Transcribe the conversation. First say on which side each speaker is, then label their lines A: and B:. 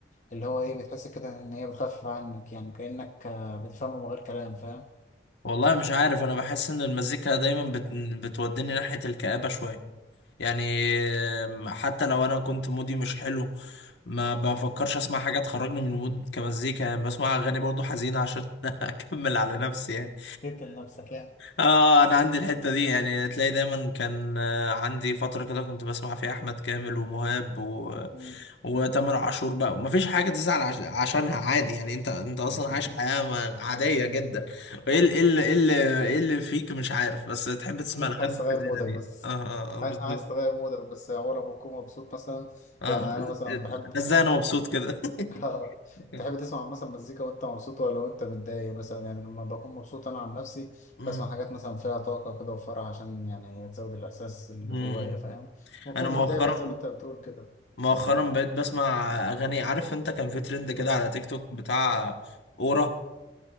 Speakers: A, on the left; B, on the left.
A: اللي هو إيه بتحس كده إن هي بتخفف عنك يعني كأنك آه، بتفهمه من غير كلام فاهم؟
B: والله مش عارف أنا بحس إن المزيكا دايما بت... بتوديني ناحية الكآبة شوية يعني آم، حتى لو انا كنت مودي مش حلو ما بفكرش اسمع حاجه تخرجني من المود كمزيكا يعني بسمع اغاني برضو حزينه عشان <laughs> اكمل على نفسي يعني
A: تقتل نفسك يعني
B: اه انا عندي الحته دي يعني تلاقي دايما كان آه، عندي فتره كده كنت بسمع فيها احمد كامل ومهاب و...
A: مم.
B: وتامر عاشور بقى ما فيش حاجه تزعل عش... عشانها عادي يعني انت انت اصلا
A: <laughs>
B: عايش حياه ما- عاديه جدا ايه ال- ايه ال- ايه اللي إيه اللي فيك مش عارف بس تحب تسمع
A: أنت
B: الاغاني
A: عايز تغير
B: الحزينه
A: مودك
B: دي
A: بس
B: اه اه, آه
A: عاي-
B: بالظبط
A: عايز تغير مودك بس أول ما بكون مبسوط مثلا
B: اه
A: يعني أنا مثلا بحب
B: ده ازاي انا مبسوط كده
A: <laughs> آه.
B: <laughs>
A: تحب تسمع مثلا مزيكا وانت مبسوط ولا وانت متضايق مثلا يعني لما بكون مبسوط انا عن نفسي
B: مم.
A: بسمع حاجات مثلا فيها طاقة كده وفرح عشان يعني هي تزود الاحساس اللي
B: مم.
A: جوايا فاهم بكون
B: انا مؤخرا
A: متضايق بقى زي ما انت بتقول كده
B: مؤخرا بقيت بسمع اغاني عارف انت كان في ترند كده على تيك توك بتاع اورا